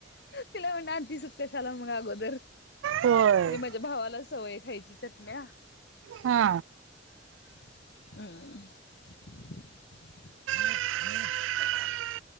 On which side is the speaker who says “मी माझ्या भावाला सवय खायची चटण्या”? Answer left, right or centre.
Left